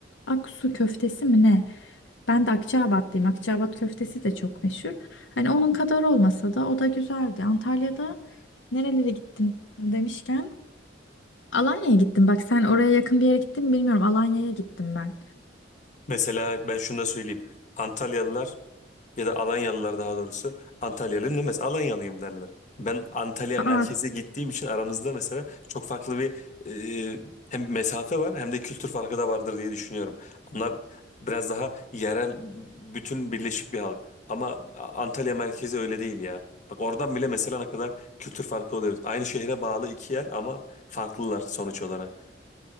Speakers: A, on the left (about 85°); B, on the left (about 40°).
A: Aksu köftesi mi ne? Ben de Akçaabatlıyım. Akçaabat köftesi de çok meşhur. Hani onun kadar olmasa da o da güzeldi. Antalya'da nerelere gittim demişken Alanya'ya gittim. Bak sen oraya yakın bir yere gittin mi bilmiyorum. Alanya'ya gittim ben.
B: Mesela ben şunu da söyleyeyim. Antalyalılar Ya da Alanyalılar daha doğrusu. Antalyalıyım demez. Alanyalıyım derler. Ben Antalya
A: Aa,
B: merkeze gittiğim için aramızda mesela çok farklı bir e, hem mesafe var hem de kültür farkı da vardır diye düşünüyorum. Onlar biraz daha yerel bütün birleşik bir halk. Ama Antalya merkezi öyle değil ya. Bak oradan bile mesela ne kadar kültür farkı oluyoruz. Aynı şehre bağlı iki yer ama farklılar sonuç olarak.